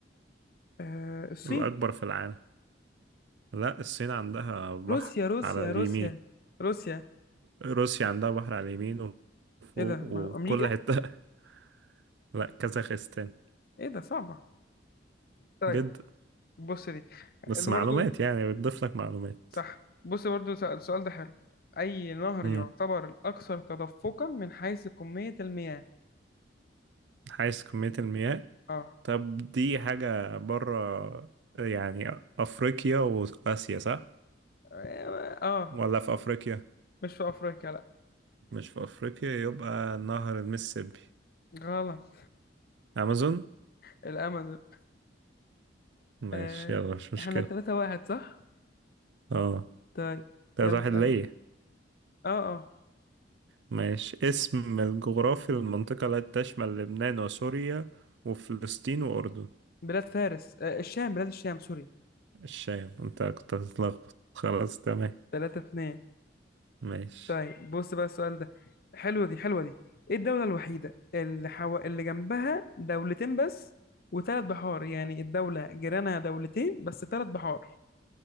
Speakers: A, on the left; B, on the right.
A: آه الصين
B: الأكبر في العالم لا الصين عندها بحر
A: روسيا روسيا
B: على اليمين
A: روسيا روسيا
B: روسيا عندها بحر على اليمين وفوق
A: ايه ده م-
B: وكل
A: أمريكا؟
B: حتة <laughs> لا كازاخستان
A: ايه ده صعبة طيب
B: جد
A: بص دي
B: بس
A: برضه
B: معلومات يعني بتضيف لك معلومات
A: صح بص برضو سأ- السؤال ده حلو أي نهر
B: امم
A: يعتبر الأكثر تدفقا من حيث كمية المياه؟
B: حيث كمية المياه
A: آه
B: طب دي حاجة بره يعني أفريقيا وآسيا صح؟
A: آه آه.
B: ولا في أفريقيا؟
A: مش في أفريقيا لأ
B: مش في أفريقيا يبقى نهر المississippi
A: غلط
B: أمازون؟
A: الأمازون
B: ماشي
A: آه
B: يلا مش مشكلة
A: إحنا تلاتة واحد صح؟
B: اه
A: طيب
B: تلاتة
A: يلا
B: واحد
A: اسألني
B: ليا
A: آه آه
B: ماشي اسم الجغرافي للمنطقة التي تشمل لبنان وسوريا وفلسطين وأردن
A: بلاد فارس آه الشام بلاد الشام سوري
B: الشام انت كنت هتتلخبط خلاص تمام
A: تلاتة اتنين
B: ماشي
A: طيب بص بقى السؤال ده حلوة دي حلوة دي إيه الدولة الوحيدة اللي حو... اللي جنبها دولتين بس وثلاث بحار يعني الدولة جيرانها دولتين بس ثلاث بحار